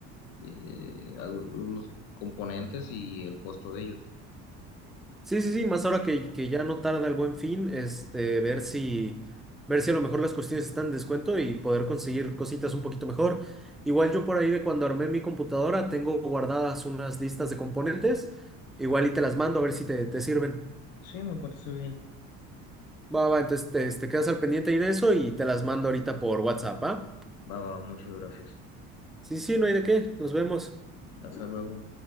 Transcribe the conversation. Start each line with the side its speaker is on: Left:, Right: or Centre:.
Left: eh, al- los componentes y el costo de ellos.
Centre: Sí, sí, sí, más ahora que, que ya no tarda el Buen Fin, este, ver si, ver si a lo mejor las cuestiones están en descuento y poder conseguir cositas un poquito mejor. Igual yo por ahí de cuando armé mi computadora tengo guardadas unas listas de componentes, igual y te las mando a ver si te, te sirven.
Left: Sí, me parece bien.
Centre: Va, va, entonces te, te quedas al pendiente ahí de eso y te las mando ahorita por WhatsApp, ¿ah?
Left: Va, va, muchas gracias.
Centre: Sí, sí, no hay de qué, nos vemos.
Left: Hasta luego.